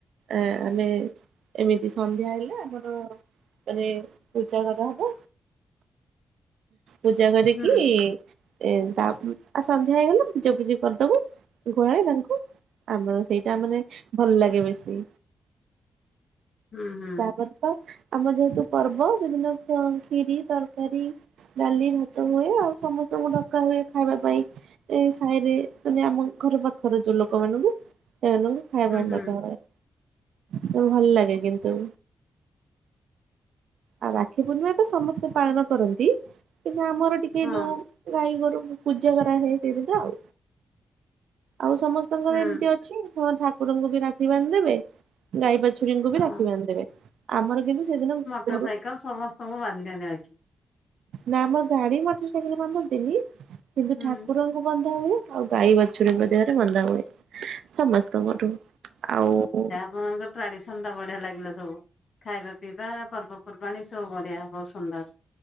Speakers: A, on the right (about 80°); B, on the left (about 55°).
A: ଆ ଆମେ ଏମିତି ସନ୍ଧ୍ୟା ହେଲେ ଆମର ପରେ ପୂଜା କରା ହବ, ପୂଜା କରିକି
B: ହୁଁ
A: ଏ ତା ଉମ ଏ ସନ୍ଧ୍ୟା ହେଇଗଲା ପୂଜାପୂଜି କରିଦବୁ ଗୁହାଳେ ତାଙ୍କୁ। ଆମର ସେଇଟା ମାନେ ଭଲ ଲାଗେ ବେଶୀ।
B: ହୁଁ ହୁଁ
A: ତାପରେ ତ ଆମର ଯେହେତୁ ପର୍ବ ବିଭିନ୍ନ ଅ କ୍ଷିରୀ, ତରକାରୀ। ଡାଲି, ଭାତ ହୁଏ, ଆଉ ସମସ୍ତଙ୍କୁ ଡକା ହୁଏ ଖାଇବା ପାଇଁ। ଏ ସାହିରେ ମାନେ ଆମ ଘର ପାଖର ଯୋଉ ଲୋକ ମାନଙ୍କୁ ସେମାନଙ୍କୁ ଖାଇବା ପାଇଁ
B: ହୁଁ
A: ଡକା ହୁଏ, ତ ଭଲ ଲାଗେ କିନ୍ତୁ। ଆଉ ରାକ୍ଷୀ ପୂର୍ଣ୍ଣିମା ତ ସମସ୍ତେ ପାଳନ କରନ୍ତି କିନ୍ତୁ, ଆମର ଟିକେ
B: ହଁ
A: ଯୋଉ ଗାଈ, ଗୋରୁ ପୂଜା କରାହେ ସେ ଦିନ ଟା ଆଉ, ଆଉ ସମସ୍ତଙ୍କର
B: ହୁଁ
A: ଏମିତି ଅ ଛି ହଁ ଠାକୁରଙ୍କୁ ବି ରାକ୍ଷୀ ବାନ୍ଧି ଦେବେ। ଗାଈ, ବାଛୁରୀଙ୍କୁ
B: ହଁ।
A: ବି ରାକ୍ଷୀ ବାନ୍ଧି ଦେବେ। ଆମର କିନ୍ତୁ ସେଦିନ
B: ମୋଟର
A: ଗୋରୁ
B: ସାଇକଲ ସମସ୍ତଙ୍କୁ ବାନ୍ଧି ଦିଅନ୍ତି ଆଜି।
A: ନା ମ ଗାଡି, ମଟର ସାଇକେଲ ବାନ୍ଧନ୍ତିନି କିନ୍ତୁ
B: ହୁଁ
A: ଠାକୁର ବନ୍ଧା ହୁଏ। ଆଉ ଗାଈ, ବଛୁରୀଙ୍କ ଦେହରେ ବନ୍ଧା ହୁଏ। ସମସ୍ତଙ୍କଠୁ, ଆଉ
B: ଆପଣମାନଙ୍କର ଟ୍ରାଡିସନ ଟା ବଢିଆ ଲାଗିଲା ସବୁ। ଖାଇବା, ପିଇବା, ପର୍ବପର୍ବାଣୀ ସବୁ ବଢିଆ, ବହୁତ ସୁନ୍ଦର।